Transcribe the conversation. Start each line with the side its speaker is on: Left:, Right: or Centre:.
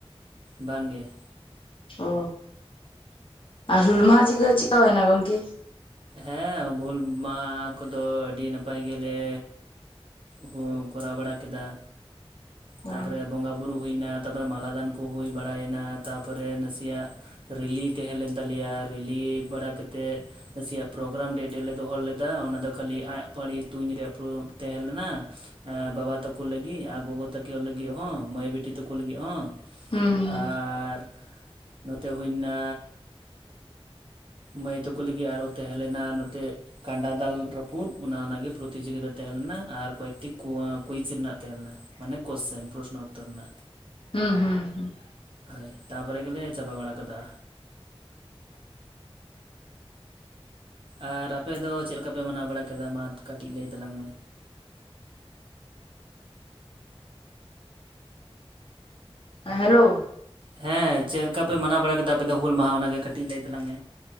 Right: ᱵᱟᱝᱜᱮ
Left: ᱚ ᱟᱨ ᱦᱩᱞ ᱢᱟᱦᱟ ᱪᱤᱠᱟᱹ ᱪᱮᱫᱠᱟ ᱦᱩᱭᱱᱟ ᱜᱚᱝᱠᱮ?
Right: ᱦᱮᱸ ᱵᱷᱩᱞ ᱢᱟ ᱠᱚᱫᱚ ᱟᱹᱰᱤ ᱱᱟᱯᱟᱭ ᱜᱮᱞᱮ ᱦᱩᱸ ᱠᱚᱨᱟᱣ ᱵᱟᱲᱟ ᱠᱮᱫᱟ,
Left: ᱦᱩᱸ
Right: ᱛᱟᱯᱚᱨᱮ ᱵᱚᱸᱜᱟ ᱵᱩᱨᱩ ᱦᱩᱭᱱᱟ ᱛᱟᱯᱚᱨᱮ ᱢᱟᱞᱟᱫᱟᱱ ᱠᱚ ᱦᱩᱭ ᱵᱟᱲᱟᱭᱮᱱᱟ ᱛᱟᱯᱚᱨᱮ ᱱᱟᱥᱮᱭᱟᱜ ᱨᱮᱞᱤ ᱛᱟᱦᱮᱸ ᱞᱮᱱ ᱛᱟᱞᱮᱭᱟ ᱨᱮᱞᱤ ᱵᱟᱲᱟ ᱠᱟᱛᱮᱫ ᱥᱮᱭᱟᱜ ᱯᱨᱳᱜᱨᱟᱢ ᱰᱮ ᱰᱮᱡ ᱞᱮ ᱫᱚᱦᱚ ᱞᱮᱫᱟ ᱚᱱᱟ ᱫᱚ ᱠᱷᱟᱹᱞᱤ ᱟᱜ ᱯᱟᱹᱲᱤ ᱛᱩᱧ ᱨᱟᱯᱩ ᱛᱟᱦᱮᱸ ᱞᱮᱱᱟ! ᱵᱟᱵᱟ ᱛᱟᱠᱚ ᱞᱟᱹᱜᱤᱫ ᱟᱨ ᱜᱚᱜᱚ ᱛᱟᱠᱚ ᱞᱟᱹᱜᱤᱫ ᱦᱚᱸ ᱢᱟᱹᱭ ᱵᱤᱴᱤ ᱛᱟᱠᱚ ᱞᱟᱹᱜᱤᱫ ᱦᱚᱸ ᱾
Left: ᱦᱩᱸ
Right: ᱟᱨ‌‌ ᱱᱚᱛᱮ ᱦᱩᱭᱱᱟ ᱢᱟᱹᱭ ᱛᱟᱠᱚ ᱞᱟᱹᱜᱤᱫ ᱟᱨᱦᱚᱸ ᱛᱟᱦᱮᱸ ᱞᱮᱱᱟ ᱱᱚᱛᱮ ᱠᱟᱸᱰᱟ ᱫᱟᱞ ᱨᱟᱹᱯᱩᱫ ᱚᱱᱟ ᱚᱱᱟᱜᱮ ᱯᱨᱚᱛᱤᱡᱳᱜᱤᱛᱟ ᱛᱟᱦᱮᱸ ᱞᱮᱱᱟ ᱟᱨ ᱠᱚᱭᱮᱠᱴᱤ ᱠᱩᱭᱤᱪ ᱨᱮᱱᱟᱜ ᱛᱟᱦᱮᱸ ᱞᱮᱱᱟ ᱾ ᱢᱟᱱᱮ ᱠᱚᱳᱥᱪᱮᱱ ᱯᱨᱚᱥᱱᱚ ᱩᱛᱚᱨ ᱱᱟᱜ
Left: ᱦᱩᱸ ᱦᱩᱸ ᱦᱩᱸ
Right: ᱦᱳᱭ ᱛᱟᱯᱚᱨᱮ ᱜᱮᱞᱮ ᱪᱟᱵᱟ ᱵᱟᱲᱟ ᱠᱟᱫᱟ ᱟᱨ ᱟᱯᱮ ᱫᱚ ᱪᱮᱫ ᱞᱮᱠᱟ ᱯᱮ ᱢᱟᱱᱟᱣ ᱵᱟᱲᱟ ᱠᱮᱫᱟ? ᱢᱟ ᱠᱟᱹᱴᱤᱡ ᱞᱟᱹᱭ ᱛᱟᱞᱟᱝ ᱢᱮ
Left: ᱦᱮᱸ ᱦᱮᱞᱳ
Right: ᱦᱮᱸ ᱪᱮᱫ ᱞᱮᱠᱟ ᱯᱮ ᱢᱟᱱᱟᱣ ᱵᱟᱲᱟ ᱠᱮᱫᱟ ᱟᱯᱮ ᱫᱚ ᱦᱩᱞ ᱢᱟᱦᱟ ᱚᱱᱟᱜᱮ ᱠᱟᱹᱴᱤᱡ ᱞᱟᱹᱭ ᱛᱟᱞᱟᱝ ᱢᱮ